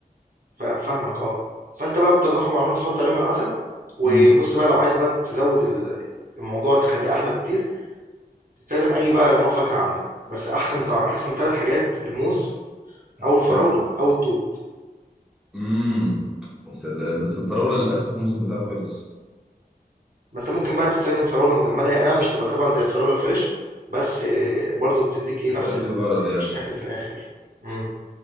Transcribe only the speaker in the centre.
امم
تفاح
امم يا سلام بس الفراولة للاسف الموسم بتاعه خلص
هتأدي
الغرض يعني